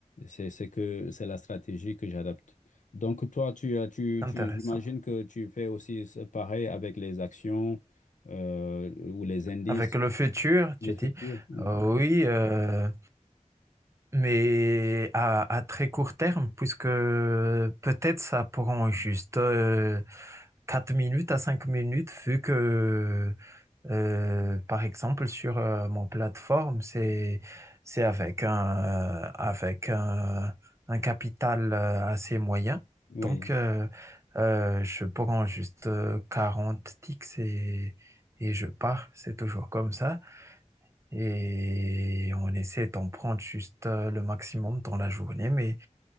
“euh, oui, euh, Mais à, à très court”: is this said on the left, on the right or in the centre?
Right